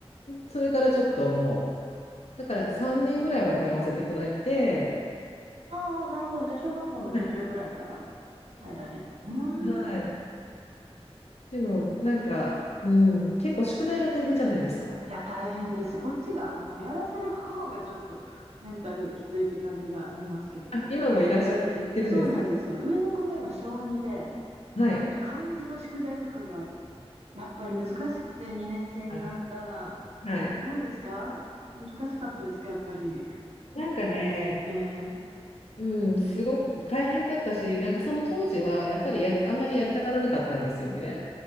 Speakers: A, on the left (about 75°); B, on the right (about 85°).
A: それからちょっともう、だから3年ぐらいは通わせていただいて、
B: ああ、なるほど。じゃあ、小学校の途中ぐらいから
A: はい。
B: 入られて。う
A: はい。
B: ーん。
A: でも、なんか、うん、結構宿題が大変じゃないですか。
B: いや、大変です。こっちが、あの、やらせる方がちょっとメンタルきついって感じがありますけど。
A: あ、今もいらっしゃって、行ってるんですか
B: そうなんですよ。上の子が今、小2で、
A: はい。
B: 本当漢字の宿題とかがやっぱり難しくて2年生になったら、
A: あはい。
B: どうですか難しかったですかやっぱり。
A: なんかね、
B: ええ
A: うん、すごく大変だったし、なんかその当時はやっぱりやり、あんまりやりたがらなかったんですよね。